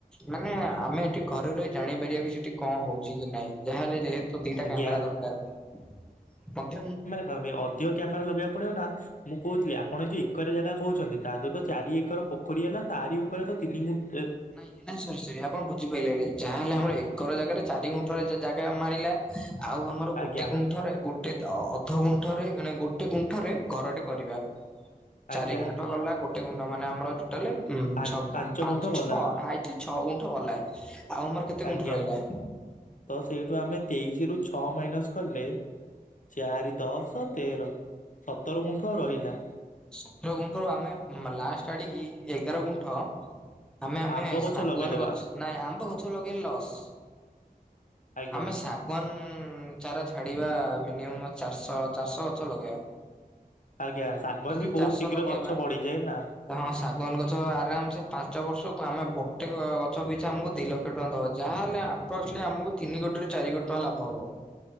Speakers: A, in the centre; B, on the left.
A: ମାନେ ଆମେ ଏଠି ଘରେ ରହି ଜାଣିପାରିବା କି ସେଠି କଣ ହଉଚି କି ନାଇଁ ଯାହାହେଲେ ଯେହେ ତୁ ଦିଟା
B: ଆଜ୍ଞା
A: କ୍ୟାମେରା ଦରକାର ମଧ୍ୟମ୍
B: ଆମେ ଅଡ଼ିଓ କ୍ୟାମେରା ଲଗେଇବାକୁ ପଡ଼ିବ ନା ମୁଁ କହୁଥିଲି ଆପଣ ଯୋଉ ଏକରେ ଜାଗା କହୁଚନ୍ତି ତା ଦେହରୁ ତ ଚାରି ଏକର ପୋଖରୀ ହେଲା ତାରି ଉପରେ ତ ତିନି ଗୁନ୍
A: ନାଇଁ ନାଇଁ ସରି ସରି ଆପଣ ବୁଝି ପାଇଲେ ନାଇଁ। ଯାହାହେଲେ ଆମର ଏକର ଜାଗାରେ ଚାରି ଗୁଣ୍ଠରେ ଯଦ ଜାଗା ମାଡ଼ିଲା ଆଉ ଆମର ଗୋଟେ
B: ଆଜ୍ଞା
A: ଗୁଣ୍ଠ ଠରେ ଗୋଟେ ଅ ଅ ଅଧ ଗୁଣ୍ଠରେ ନାଇଁ ଗୋଟେ ଗୁଣ୍ଠରେ ଘରଟେ କରିବା। ଚାରି
B: ଆଜ୍ଞା
A: ଗୁଣ୍ଠ ଗଲା ଗୋଟେ ଗୁଣ୍ଠ ମାନେ ଆମର ଟୋଟାଲେ ଉଁ
B: ପାଞ୍ଚ
A: ଛଅ
B: ପାଞ୍ଚ
A: ଉଁ ପାଁ
B: ଗୁଣ୍ଠ ଗଲା।
A: ହାଇଟରେ ଛଅ ଗୁଣ୍ଠ ଗଲା ଆଉ ଆମର କେତେ
B: ଆଜ୍ଞା
A: ଗୁଣ୍ଠ ରହିଲା?
B: ତ ସେଇଠୁ ଆମେ ତେଇଶି ରୁ ଛଅ ମାଇନସ୍ କଲେ ଚାରି, ଦଶ, ତେର, ସତର ଗୁଣ୍ଠ ରହିଲା।
A: ସତର ଗୁଣ୍ଠରୁ ଆମେ ମା ଲାଷ୍ଟ ଆଡ଼ିକି ଏଗାର ଗୁଣ୍ଠ ଆମେ ଆମେ
B: ଆମ୍ବ ଗଛ
A: ଶାଗୁଆନ
B: ଲଗେଇଦବା
A: ଗଛ ନାଇଁ ଆମ୍ବ ଗଛ ଲଗେଇଲେ ଲସ୍।
B: ଆଜ୍ଞା।
A: ଆମେ ଶାଗୁଆନ ଚାରା ଛାଡ଼ିବା ମିନିୟମ୍ ଚାରଶ ଚାରିଶହ ଗଛ ଲଗେଇବା।
B: ଆଜ୍ଞା ଶାଗୁଆନ
A: ଚାରିଶ
B: ବି ବହୁତ ଶୀଘ୍ର
A: ଲଗେଇବା
B: ଗଛ ବଢିଯାଏ ନା
A: ହଁ ଶାଗୁଆନ ଗଛ ଆରାମସେ ପାଞ୍ଚ କୁ ବର୍ଷ ଆମେ ଗୋଟେ ଗଛ ପିଛା ଆମକୁ ଦି ଲ କ୍ଷ ଟଙ୍କା ଦବ ଯାହାହେଲେ ଆପ୍ରଷ୍ଟଲି ଆମକୁ ତିିନି କୋଟିରୁ ଚାରି କୋଟି ଟଙ୍କା ଲାଭ ହବ।